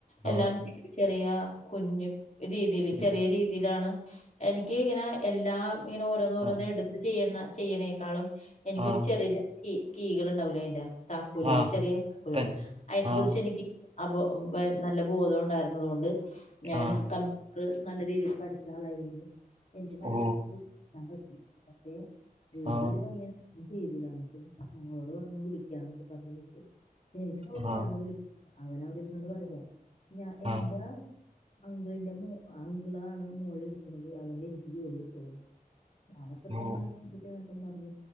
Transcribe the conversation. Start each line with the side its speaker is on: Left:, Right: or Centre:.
Left: എല്ലാം
Right: ആ
Left: ചെറിയ കുഞ്ഞു രീതിയിൽ
Right: ഉം
Left: ചെറിയ രീതിയിലാണ് എനിക്ക് ഇങ്ങനെ എല്ലാം ഇങ്ങന ഓരോന്ന് ഓരോന്ന്
Right: ആ
Left: എടുത്ത് ചെയ്യുന്ന ചെയ്യണേക്കാളും എനിക്കൊരു
Right: ആ
Left: ചെറിയ ഈ കീകൾ ഉണ്ടാവൂ വേണ്ടാ താക്കോലുകൾ
Right: ആ
Left: ചെറിയ താക്കോലുകൾ
Right: തൻ
Left: അതിനെ
Right: ആ
Left: കുറിച്ച് എനിക്ക് അബോ നല്ല ബോധം ഉണ്ടായിരുന്നത് കൊണ്ട് ഞാൻ
Right: ആ
Left: ക ഒരു നല്ല രീതിയിൽ പഠിച്ച ആളായതുകൊണ്ട് എനിക്ക് മാര്യാദിക്ക്
Right: ഓ
Left: എത്താൻ പറ്റി ഓക്കെ വേറൊരു
Right: ആ
Left: പണിയാണ് ഏത് രീതിയിയാന്നിട്ടും ഞങ്ങളോട് വന്നി അന്ന് വിളിക്കാന്നൊക്കെ പറഞ്ഞ് വെച്ച എനിക്ക് തോന്നിയായിരുന്നു
Right: ആ
Left: വിളിക്കു അവനവിടെ ഇരുന്നോണ്ട് പറയാ ഞാൻ എൻ്റാ
Right: ആ
Left: അംഗിളിന്റെ മ അംഗിളാണ് മോള് ഇരിക്കുന്നത് അതുകൊണ്ട് എനിക്കെ ജോലി കിട്ടുള്ളുന്ന് ഞാനപ്പ
Right: ഓ
Left: തന്ന പറർവ